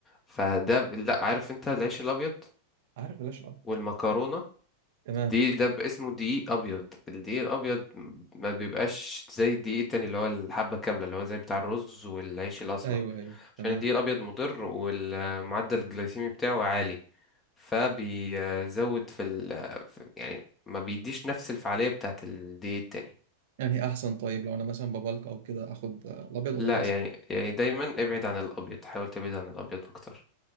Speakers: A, on the left; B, on the right.
A: فده ب- لا عارف انت العيش الابيض
B: عارف ليش اه
A: والمكرونه
B: تمام
A: دي ده ب- اسمه دقيق ابيض الدقيق الابيض ما بيبقاش زي الدقيق التاني اللي هو الحبه كامله اللي هو زي بتاع الرز والعيش الاسمر
B: ايوه ايوه
A: عشان
B: تمام
A: الدقيق الابيض مضر والمعدل الجلايسيمي بتاعه عالي فبيزود في ال في- يعني ما بيديش نفس الفعالية بتاعة الدقيق التاني
B: يعني إيه احسن طيب لو انا مثلا ببلك او كده اخد آه، الابيض ولا
A: لا
B: الاسمر
A: يعني يعني دايما ابعد عن الابيض حاول تبعد عن الابيض اكتر